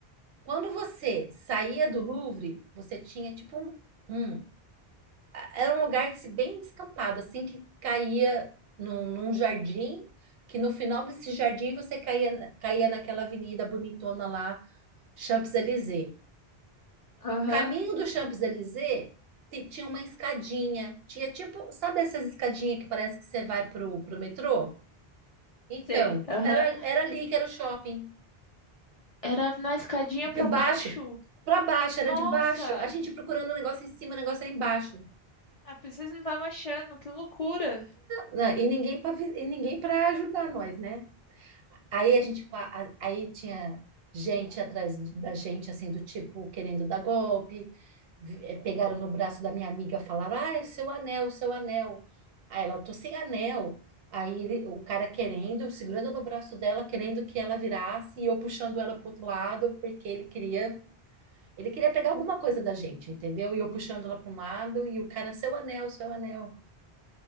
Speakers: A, on the right (about 75°); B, on the left (about 50°).
A: Quando você saía do Louvre, você tinha tipo um, um- era um lugar assim, bem descampado, assim que caía num, num jardim, que no final desse jardim você caía, caía naquela avenida bonitona lá, Champs-Élysées.
B: Aham.
A: Caminho do Champs-Élysées ti- tinha uma escadinha, tinha tipo, sabe essas escadinhas que parece que você vai pro, pro metrô? Então,
B: Sei. Aham.
A: era, era ali que era o shopping.
B: Era na escadinha
A: de
B: pra
A: baixo
B: baixo.
A: para baixo,
B: Nossa,
A: era de baixo. A gente procurando o negócio em cima, o negócio era embaixo.
B: a princesa não tava achando. Que loucura.
A: Não, e ninguém para e ninguém para ajudar nós, né? Aí a gente qua- a- aí tinha gente atrás da gente assim do tipo querendo dar golpe. Vi- eh, Pegaram no braço da minha amiga, falaram: "Ah, é seu anel, seu anel". Aí ela: "Tô sem anel". Aí ele- o cara querendo, segurando no braço dela, querendo que ela virasse e eu puxando ela para outro lado, porque ele queria Ele queria pegar alguma coisa da gente, entendeu? E eu puxando ela para um lado e o cara, seu anel, seu anel.